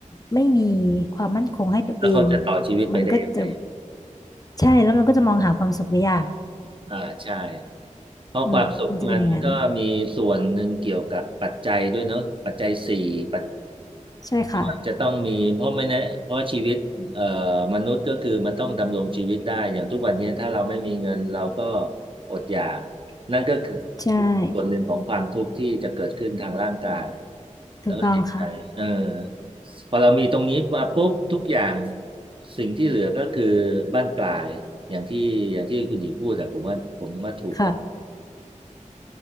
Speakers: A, on the left (about 30°); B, on the right (about 40°).
A: ไม่มีความมั่นคงให้ตัวเอง
B: แล้วเขาจะต่อชีวิตไปได้ยังไง
A: มันก็จะใช่แล้วมันก็จะมองหาความสุขได้ยาก
B: อ่าใช่ เพราะความสุขมันก็มีส่วนหนึ่งเกี่ยวกับปัจจัยด้วยเนอะปัจจัยสี่ปัจ
A: อืมมันจะเป็นอย่างนั้นใช่ค่ะ
B: ว่าจะต้องมีเพราะไม่แนะเพราะชีวิตเอ่อมนุษย์ก็คือมันต้องดำรงชีวิตได้อย่างทุกวันนี้ถ้าเราไม่มีเงินเราก็อดอยากนั่นก็คือ
A: ใช่
B: ส่วนหนึ่งของความทุกข์ที่จะเกิดขึ้นทางร่างกาย
A: ถูกต้องค่ะ
B: แล้วก็จิตใจเออพอเรามีตรงนี้มาปุ๊บทุกอย่างสิ่งที่เหลือก็คือบั้นปลายอย่างที่อย่างที่คุณหญิงพูดแต่ผมว่าผมว่าถูกต้อง
A: ค่ะ